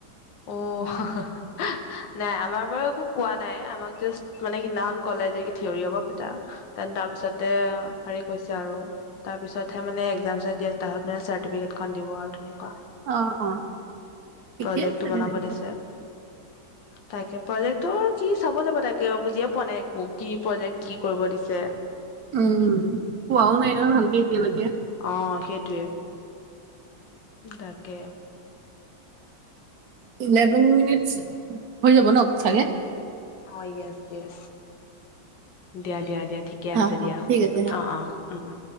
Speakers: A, on the left; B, on the right.
A: অ। নাই আমাৰ বাৰু একো কোৱা নাই। আমাক জাষ্ট মানে সিদিনাখন কলে যে কি থিয়ৰি হব পিতা তেন তাৰ পিছতে হেৰি কৈছে আৰু। তাৰ পিছতহে মানে একজাম চাইন দিয়ে। তাহত মানে চাৰ্টিফিকেটখন দিব আৰু তেনেকুৱা।
B: অ অ। ঠিকে।
A: প্ৰজেক্টটো বনাব
B: তেনেহ'লে।
A: দিছে। তাকে প্ৰজেক্টটো কি চাব লাগিব তাকে, বুজিয়ে পোৱা নাই একো কি প্ৰজেক্ট, কি কৰিব দিছে?
B: উম। খোৱাও নাই নহয় ভালকে এতিয়ালৈকে।
A: অঁ সেইটোয়ে। তাকে।
B: ইলেভেন মিনিটচ হৈ যাব ন চাগে?
A: অঁ য়েছ য়েছ, দিয়া দিয়া দিয়া ঠিক- ঠিকে
B: হা,
A: আছে
B: হা,
A: দিয়া,
B: ঠিক আছে হা।
A: অঁ-অঁ' উম উম।